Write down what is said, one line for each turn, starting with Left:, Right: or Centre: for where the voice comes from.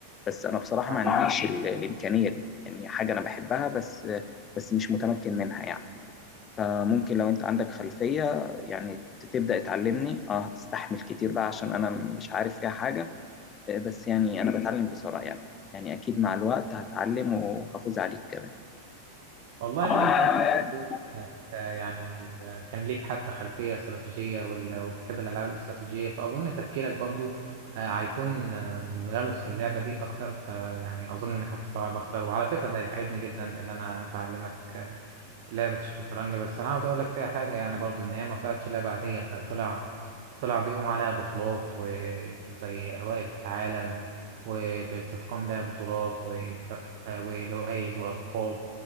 Left: بس انا بصراحه
Right: صحيح
Left: ما عنديش ال- الامكانيه دي يعني هي حاجه انا بحبها بس بس مش متمكن منها يعني فممكن لو انت عندك خلفيه يعني ت- تبدا تعلمني اه هتستحمل كتير بقى عشان انا مش عارف فيها حاجه آه، بس يعني انا بتعلم بسرعه يعني يعني اكيد مع الوقت هتعلم وهفوز عليك كمان
Right: والله
Left: <laughs>
Right: أنا متأكد إنك آه، يعني آه، كان ليك حتى خلفية استراتيجية وال- وبتحب الألعاب الاستراتيجية فأظن تفكيرك برضو آه، هيكون آه، منغمس في اللعبة دي أكتر فيعني أظن إنك هتستوعب أكتر وعلى فكرة ده هيساعدني جدا إن أنا بعلمك آه، لعبة الشطرنج بس أنا عاوز أقول لك فيها حاجة يعني برضو إن هي ما طلعتش لعبة عادية ده طلع طلع بيقوم عليها بطولات وزي أوائل في العالم وبتتقام لها بطولات وك- وجوائز وألقاب